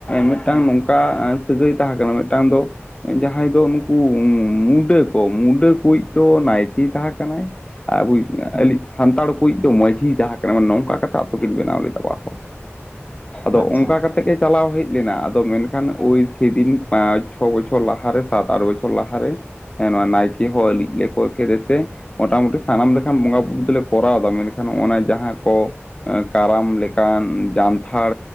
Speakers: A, on the left; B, on the right.
A: ᱢᱤᱫᱴᱟᱝ
B: ᱦᱩᱸ
A: ᱱᱚᱝᱠᱟ ᱚᱠᱟ ᱥᱟᱹᱜᱟᱹᱭ ᱛᱟᱦᱮᱸ ᱠᱟᱱᱟ? ᱢᱤᱫᱴᱟᱝ ᱫᱚ ᱡᱟᱦᱟᱸᱭ ᱫᱚ ᱱᱩᱠᱩ ᱢᱩᱰᱟᱹ ᱠᱚ ᱢᱩᱰᱟᱹ ᱠᱚᱭᱤᱡ ᱫᱚ ᱱᱟᱭᱠᱮ ᱛᱟᱦᱟᱸ ᱠᱟᱱᱟᱭ᱾ ᱟᱵᱩᱭᱤᱡ
B: ᱦᱩᱸ
A: ᱟᱹᱞᱤᱡ ᱥᱟᱱᱛᱟᱲ ᱠᱚᱭᱤᱡ ᱫᱚ ᱢᱟᱹᱡᱷᱤ ᱛᱟᱦᱮᱸ ᱠᱟᱱᱟ᱾ ᱢᱟᱱᱮ ᱱᱚᱝᱠᱟ ᱠᱟᱛᱮ ᱟᱛᱳ ᱠᱤᱱ ᱵᱮᱱᱟᱣ ᱞᱮᱫᱟ ᱵᱟᱨ ᱦᱚᱲ᱾ ᱟᱫᱚ
B: ᱟᱪᱪᱷᱟ
A: ᱚᱝᱠᱟ ᱠᱟᱛᱮ ᱜᱮ ᱪᱟᱞᱟᱣ ᱦᱮᱡ ᱞᱮᱱᱟ, ᱟᱫᱚ ᱢᱮᱱᱠᱷᱟᱱ ᱳᱭ ᱥᱮᱫᱤᱱ ᱯᱟᱸᱪ ᱪᱷᱚ ᱵᱚᱪᱷᱚᱨ ᱞᱟᱦᱟᱨᱮ ᱥᱟᱛ ᱟᱴ ᱵᱚᱪᱷᱚᱨ ᱞᱟᱦᱟᱨᱮ ᱦᱮᱸ ᱱᱚᱣᱟ ᱱᱟᱭᱠᱮ ᱠᱚ ᱞᱤᱡ ᱞᱮ ᱠᱚᱭ ᱠᱮᱫᱮ ᱛᱮ ᱢᱚᱴᱟᱢᱩᱴᱤ ᱥᱟᱱᱟᱢ ᱞᱮᱠᱷᱟᱱ ᱵᱚᱸᱜᱟ ᱵᱩᱨᱩ ᱫᱚᱞᱮ ᱠᱚᱨᱟᱣ ᱫᱟ᱾ ᱢᱮᱱᱠᱷᱟᱱ ᱱᱚᱜᱱᱟ ᱡᱟᱦᱟᱸ ᱠᱚ ᱠᱟᱨᱟᱢ ᱞᱮᱠᱟᱱ ᱡᱟᱱᱛᱷᱟᱲ